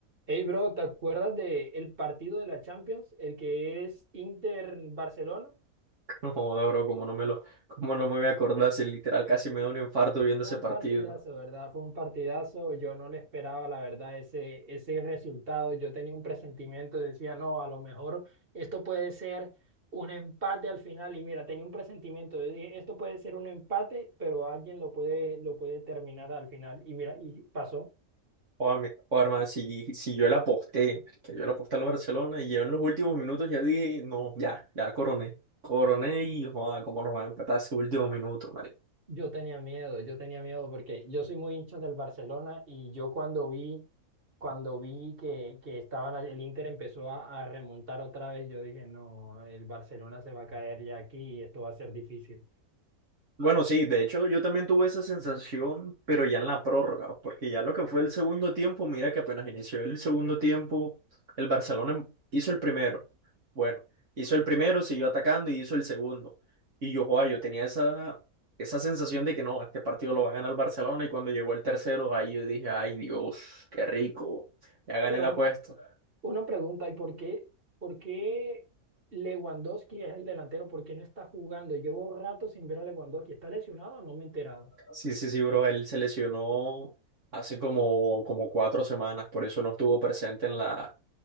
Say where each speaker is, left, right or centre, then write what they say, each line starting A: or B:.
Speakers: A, on the right (about 40°); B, on the right (about 55°).
A: Hey, bro, ¿te acuerdas de el partido de la Champions? El que es Inter-Barcelona.
B: <laughs> No joda, bro, como no me lo, como no me voy a acordar si literal casi me da un infarto viendo
A: Fue
B: ese
A: un
B: partido.
A: partidazo, ¿verdad? Fue un partidazo. Yo no le esperaba, la verdad, ese, ese resultado. Yo tenía un presentimiento, decía, no, a lo mejor esto puede ser un empate al final. Y mira, tenía un presentimiento. Yo dije, esto puede ser un empate, pero alguien lo puede, lo puede terminar al final. Y mira, y pasó.
B: Joder, mi- joder, man, si, si yo la aposté, que yo la aposté al Barcelona y yo en los últimos minutos ya dije, no, ya, ya coroné. Coroné y joder, cómo nos van a empatar ese último minuto,
A: Yo tenía miedo, yo tenía miedo porque yo soy muy hincha del Barcelona y yo cuando vi cuando vi que, que estaban, all- el Inter empezó a, a remontar otra vez, yo dije, no, el Barcelona se va a caer ya aquí y esto va a ser difícil.
B: Bueno, sí, de hecho yo también tuve esa sensación, pero ya en la prórroga, porque ya lo que fue el segundo tiempo, mira que apenas inició el segundo tiempo, el Barcelona em- hizo el primero. Bueno, hizo el primero, siguió atacando y hizo el segundo. Y yo, joa, yo tenía esa, esa sensación de que no, este partido lo va a ganar el Barcelona y cuando llegó el tercero, ahí yo dije, ay Dios, qué rico, ya gané
A: Pero
B: la
A: una,
B: apuesta.
A: una pregunta, ¿y por qué, por qué Lewandowski es el delantero? ¿Por qué no está jugando? Llevo rato sin ver a Lewandowski. ¿Está lesionado o no me he enterado?
B: Sí, sí, sí, bro, él se lesionó hace como, como cuatro semanas, por eso no estuvo presente en la,